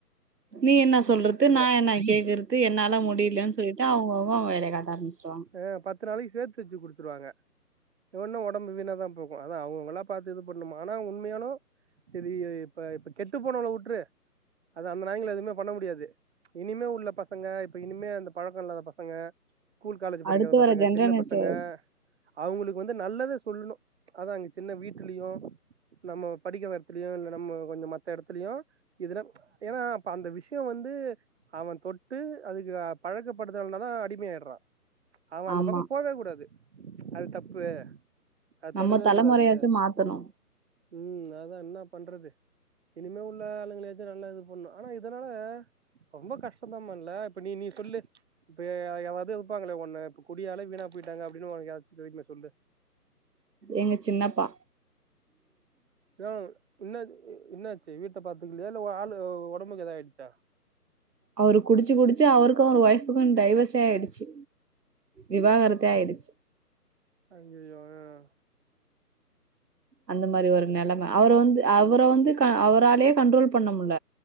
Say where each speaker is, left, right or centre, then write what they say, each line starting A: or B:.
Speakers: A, on the right (about 85°); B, on the right (about 40°).
A: நீ என்ன சொல்றது
B: குடுத்துருவா
A: நா என்ன கேக்குறது என்னால முடியலன் சொல்லிட்டு அவங்க அவங்க வேலை காட்ட ஆரம்பிச்சுருவாங்க
B: ஆ பத்து நாளைக்கு சேத்து வச்சு குடுத்துறுவாங்க போனா ஒடம்பு வீணா தா போகு அதா அவங்க அவங்களா பாத்து இது பண்ணும்மா ஆனா உண்மையாலு செரி ஏ இப்ப இப்ப கெட்டு போனவங்கள வுட்ரு அது அந்த நாய்ங்கள எதுமே பண்ண முடியாது இனிமே உள்ள பசங்க இப்ப இனிமே அந்த பழக்கோ இல்லாத பசங்க ஸ்கூல் காலேஜ் படிக்காத
A: அடுத்து
B: பசங்க
A: வர ஜென்ரனேஷன்
B: சின்ன பசங்க அவங்களுக்கு வந்து நல்லத சொல்ணு அதா அங்க சின்ன வீட்டுலியோ நம்ம படிக்கிற எடத்துலயு இல்ல நம்ம கொஞ்ச மத்த எடத்துலயு இதுல ஏன்னா இப்ப அந்த விஷய வந்து அவன் தொட்டு அதுக்கு பழக்கப்படுத்தள்னா தா அடிமையா ஆயிடறா அவ அந்த
A: ஆமா
B: பக்க போவே கூடாது அது தப்பு அத
A: நம்ம
B: தொடவே
A: தலைமுறையாச்சு
B: கூடாது
A: மாத்தணு
B: ம் அதா என்ன பண்றது இனிமே உள்ள ஆளுங்கள ஏது நல்லா இது ஒண்ணு ஆனா இதனால ரொம்ப கஷ்டதாமா இல்ல இப்ப நீ நீ சொல்லு இப்ப ஏதாது இருப்பாங்களே ஒண்ணு இப்ப குடியாலே வீணா போயிட்டாங்க அப்டின்னு ஒண் வீக்னஸ் சொல்லு
A: எங்க சின்னப்பா
B: யா இன்ன இன்னச்சு வீட்ட பாத்துக்கலையா இல்ல ஓ ஆளு ஒடம்புக்கு எத ஆயிடுச்சா
A: அவரு குடிச்சு குடிச்சு அவருக்கு அவர் ஒய்ஃபுக்கு டைவர்ஸ்சே ஆயிடுச்சு விவாகரத்தே ஆயிடுச்சு
B: அய்யய்யோ அ
A: அந்த மாரி ஒரு நெலம அவர வந்து அவர வந்து க அவராலயே கண்ட்ரோல் பண்ண முல்ல